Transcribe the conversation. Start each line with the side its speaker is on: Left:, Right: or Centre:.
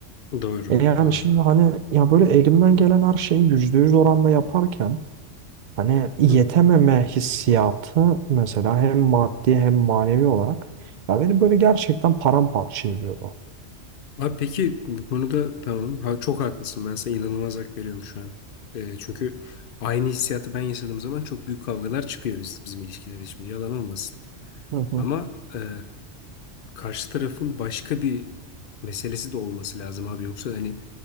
Left: Doğru,
Right: E yani
Left: doğru.
Right: şimdi hani ya böyle elimden gelen her şeyi %100 oranda yaparken hani yetememe
Left: Hı hı.
Right: hissiyatı mesela hem maddi hem manevi olarak ya beni böyle gerçekten paramparça ediyor.
Left: Abi peki bu konuda tamam. Ha, çok haklısın. Ben sana inanılmaz hak veriyorum şu an. E, çünkü aynı hissiyatı ben yaşadığım zaman çok büyük kavgalar çıkıyor biz, bizim ilişkilerde şimdi. Yalan olmasın.
Right: Hı hı.
Left: Ama eee, karşı tarafın başka bir meselesi de olması lazım abi. Yoksa hani